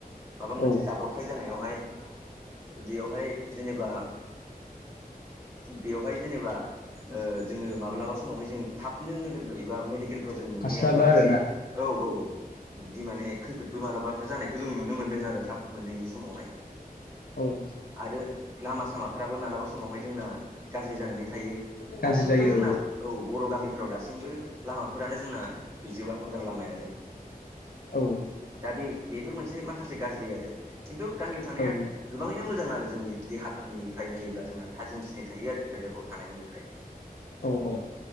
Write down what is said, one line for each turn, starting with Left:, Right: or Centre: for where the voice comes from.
Right: माबा मोनसे
Left: औ
Right: जाब्रबथाय जानायावहाय बेयावहाय जेनेबा बेवहाय जेनेबा जोङो माब्लाबा समावहाय जों थाबनो नोगोर एबा मेडिकेल जों मोनहैयाब्ला
Left: हास्लाबा
Right: एसे
Left: आरोना
Right: औ औ बिदि माने खैफोदबो मालाबा जानायखौ जों नुनो मोनदों आरो थाब मोनहैयै समावहाय
Left: औ
Right: आरो लामा सामाफ्राबो मालाबा सम समावहाय जोंना गाज्रि जानानै थायो
Left: गाज्रि
Right: दासिमबोथ'
Left: जायो
Right: जोंना औ बर' गामिफोराव दासिमबो लामाफोरानो जोंना गैजोबा मोजां लामायानो
Left: औ
Right: दा बे बेफोर मोनसे माखासे गाज्रि आरो खिन्थु गामियाव
Left: औ
Right: थानाया
Left: औ
Right: गोबाङैनो मोजां आरो जोंनि देहाफोरनिफ्राय नायोब्ला जोंना थाजिमसिन थायो आरो नोगोरफ्राव थानायनिफ्राय
Left: औ औ